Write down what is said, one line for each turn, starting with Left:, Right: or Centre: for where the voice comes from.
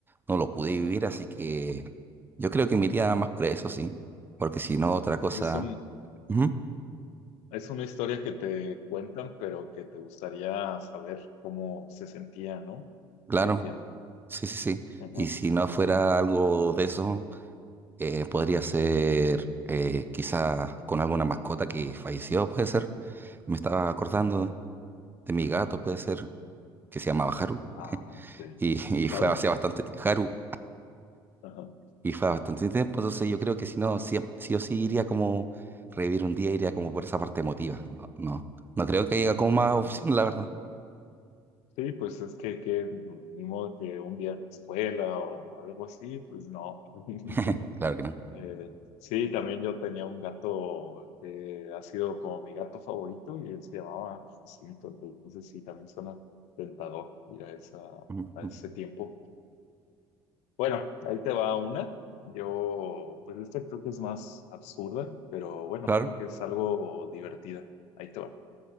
Right: no lo pude vivir, así que yo creo que me iría más por eso, sí. Porque si no, otra cosa.
Left: Es un,
Right: Ujú,
Left: es una historia que te cuentan, pero que te gustaría saber cómo se sentía, ¿no?
Right: claro,
Left: Sí entiendo.
Right: sí, sí, sí.
Left: Ajá.
Right: Y si no fuera algo de eso, eh, podría ser eh, quizá con alguna mascota que falleció, puede ser. Me estaba acordando
Left: Ah,
Right: de mi gato, puede ser. que se llamaba Haru,
Left: ah, sí.
Right: y, y fue
Left: Claro.
Right: hace bastante, Haru,
Left: Ajá.
Right: y fue hace bastante tiempo, entonces yo creo que si no, sí sí o sí iría como revivir un día, iría como por esa parte emotiva, no, no, no creo que haya como más
Left: Ándale.
Right: opción, la verdad,
Left: Sí, pues es que, que ni modo que un día en la escuela o algo así, pues no. <laughs>
Right: <laughs>
Left: No.
Right: claro que no,
Left: Eh, sí, también yo tenía un gato que ha sido como mi gato favorito y él se llamaba Jacinto, entonces sí, también suena tentador ir a esa,
Right: <laughs> Ujú.
Left: a ese tiempo. Bueno, ahí te va una. Yo, pues esta creo que es más absurda, pero bueno,
Right: claro,
Left: creo que es algo divertida. Ahí te va.